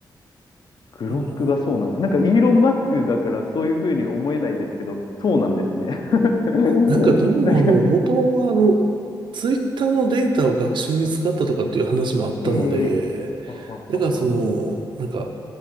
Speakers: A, on the left; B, on the right.
A: グロックがそうなんです。
B: だから
A: なんかイーロン・マスクだからそういうふうに思えないですけど、そうなんですね。<laughs>
B: なんかどうもあの、
A: なんか、
B: 元はあの、ツイッターのデータを学習に使ったとかっていう話もあったので、
A: ええはははは。
B: だからその、なんか、